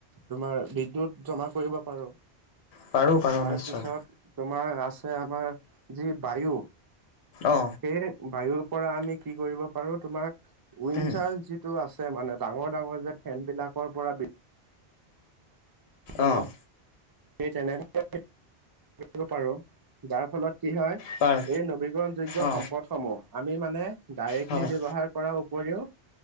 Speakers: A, on the right; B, on the left.
A: তোমাৰ বিদ্যুৎ জমা কৰিব পাৰোঁ।
B: পাৰো পাৰো
A: তাৰপিছত
B: নিশ্চয়
A: তোমাৰ আছে আমাৰ যি বায়ু,
B: অ
A: সেই বায়ুৰ পৰা আমি কি কৰিব পাৰোঁ তোমাক উইচাৰ
B: উম
A: যিটো আছে মানে ডাঙৰ-ডাঙৰ যে ফেন বিলাকৰ পৰা বিপন্ন
B: অ'।
A: সেই তেনেধৰণৰ <inaudible> কৰিব পাৰোঁ, যাৰ ফলত কি হয়
B: পাৰ
A: এই নবীকৰণ যোগ্য
B: অ
A: সম্পদ সমূহ আমি মানে ডাইৰেক্টলি
B: হয়
A: ব্যৱহাৰ কৰাৰ উপৰিও